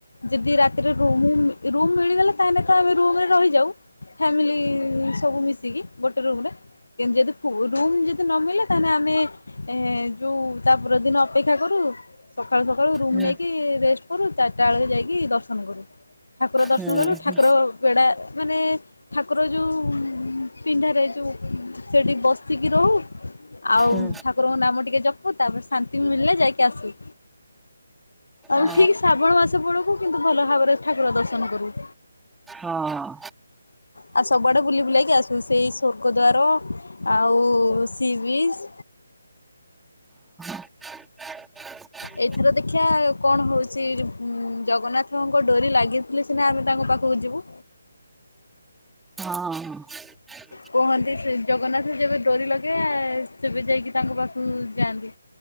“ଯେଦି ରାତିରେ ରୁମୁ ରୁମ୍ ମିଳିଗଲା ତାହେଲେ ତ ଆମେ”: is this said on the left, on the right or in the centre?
Left